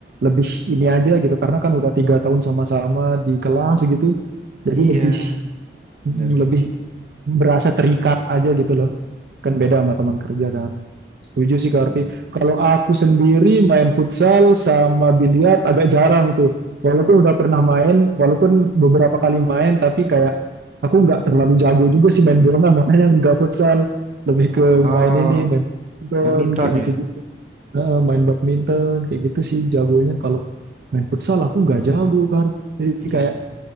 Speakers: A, on the right; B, on the right.
A: lebih ini aja gitu, karena kan udah tiga tahun sama-sama di kelas gitu, jadi
B: Iya,
A: lebih
B: bener.
A: mm, lebih berasa terikat aja gitu loh. Kan beda sama teman kerja kan. Setuju sih Kak
B: Hmm.
A: Arfi. Kalau aku sendiri main futsal sama biliar agak jarang tuh. Walaupun udah pernah main, walaupun beberapa kali main, tapi kayak aku nggak terlalu jago juga sih main bola, <laughs> makanya nggak futsal. Lebih ke
B: Oh,
A: main ini, main badminton,
B: badminton
A: kayak
B: ya?
A: gitu-gitu. Heeh, main badminton, kayak gitu sih jagonya. Kalau main futsal aku nggak jago kan. Jadi
B: Iya.
A: kayak